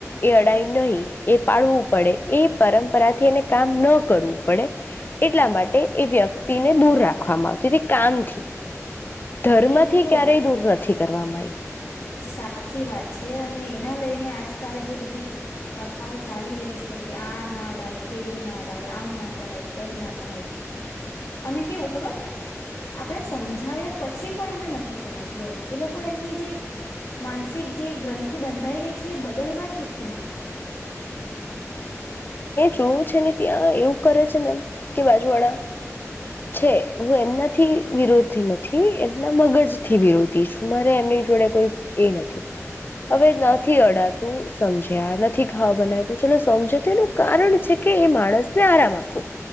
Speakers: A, on the left; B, on the left.
A: એ અડાઈ નહી, એ પાળવું પડે એ પરંપરાથી એને કામ ન કરવું પડે એટલા માટે એ વ્યક્તિને દૂર રાખવામાં આવતી હતી કામથી ધર્મથી
B: એજ તો
A: ક્યારેય દૂર નથી કરવામાં આઈ
B: સાચી વાત છે, અને એના લઈને આજકાલ જે બધી પ્રથાઓ ચાલી રહી છે, કે આ ના અડાય, પેલું ના અડાય, આમ ના કરાય, તેમ ના કરાય. અને કેવું ખબર? આપણે સમજાવ્યા પછી પણ એમને નથી સમજવું એમ. એ લોકો એમની જે એક માનસિક જે ગ્રંથિ બંધાઈ ગઈ છે, એ બદલવા જ નથી માંગતા.
A: શું છે ને ત્યાં એવું કરે છે ને, કે બાજુ વાડા, છે. હું એમનાથી વિરોધી નથી, એમના મગજથી વિરોધી છું. મારે એમની જોડે કોઈ એ નથી. હવે નથી અડાતું સમજ્યા, નથી ખાવા બનાત ચલો સમજો તો એનું કારણ છે કે એ માણસને આરામ આપવો.